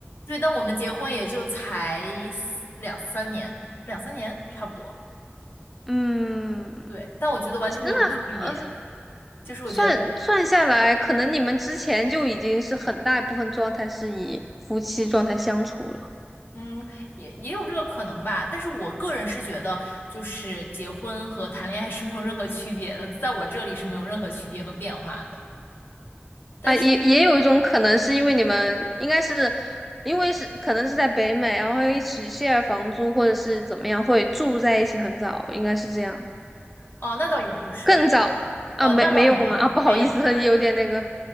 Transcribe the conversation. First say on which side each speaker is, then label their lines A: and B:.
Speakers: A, on the left; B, in the centre.
A: 对，但我们结婚也就才四两三年，两三年差不多，
B: 嗯，
A: 对，但我觉得完全没有区别，
B: 那好，呃
A: 就是我觉得。
B: 算算下来，可能你们之前就已经是很大一部分状态是以夫妻状态相处了。
A: 嗯，也也有这个可能吧，但是我个人是觉得，就是结婚和谈恋爱是没有任何区别的，在我这里是没有任何区别和变化的。但是，
B: 啊，也也有一种可能是因为你们应该是因为是可能是在北美，然后又一起 share 房租或者是怎么样，会住在一起很早，应该是这样，
A: 哦，那倒也不是，
B: 更早啊，
A: 呃，
B: 没没有吗？
A: 那倒没有，
B: 啊，不好意思，
A: 没有，
B: 有点那个，